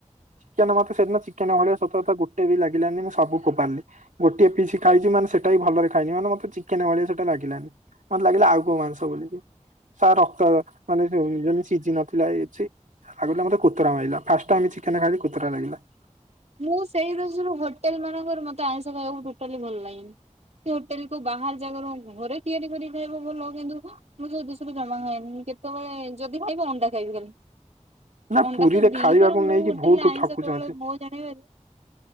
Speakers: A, on the right; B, on the right.
A: ଚିକେନ୍ ମତେ ସେଦିିନ ଚିକେନ୍ ଭଳିଆ ସତ ଗୋଟେ ବି ଲାଗିଲାନି, ମୁଁ ସବୁ କ ଫୋପାଡ଼ିଲି। ଗୋଟିଏ ପିସି ଖାଇଛି, ମାନେ ସେଟା ହି ଭଲରେ ଖାଇନି, ମାନେ ମତେ ଚିକେନ୍ ଭଳିଆ ସେଟା ଲାଗିଲାନି। ମତେ ଲାଗିଲା କୋଉ ମାଂସ ବୋଲିକି। ସ ରକ୍ତ ମାନେ ଯେମିତି ସିଝି ନଥିଲା, ଛି। ଆଗ ତ ମତେ କୋତରା ମାଇଲା, ଫାଷ୍ଟ ଟାଇମ୍ ଚିକେନ୍ ଖାଇଲି, କୋତରା ଲାଗିଲା।
B: ମୁଁ ସେଇ ଦୋଷୁରୁ ହୋଟେଲ ମାନଙ୍କରେ ମତେ ଆଇଁଷ ଖାଇବାକୁ ଟୋଟାଲି ଭଲ ଲାଗେନି। ସେ ହୋଟେଲ କୁ ବାହାର ଜାଗାରୁ, ଘରେ ତିଆରି କରି ଖାଇବ ଭଲ କିନ୍ତୁ ମୁଁ ଯୋ <unintelligible> ଜମା ଖାଏନି, କେତେବେଳେ ଯଦି ଖାଇବି ଅଣ୍ଡା ଖାଇବି ଖାଲି।
A: ନା
B: ଅଣ୍ଡା
A: ପୁରୀରେ
B: ତ ଦିଥର
A: ଖାଇବାକୁ
B: ମୁଁ
A: ନେଇକି
B: ହୋଟେଲରେ
A: ବହୁତ
B: ଆଇଁଷ
A: ଠକୁଚନ୍ତି।
B: କେବଳ ମୋ ଜାଣିବାରେ